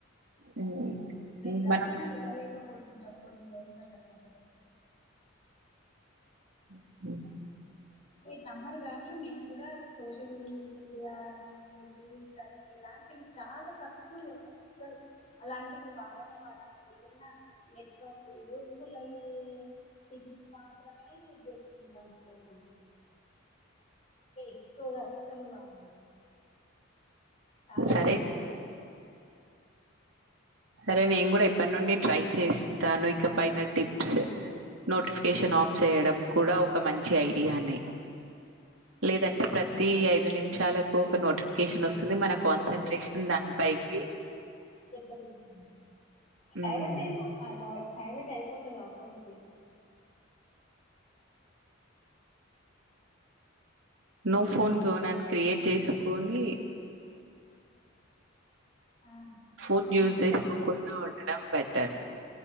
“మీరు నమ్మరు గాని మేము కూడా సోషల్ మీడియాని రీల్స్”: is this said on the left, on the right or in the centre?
Left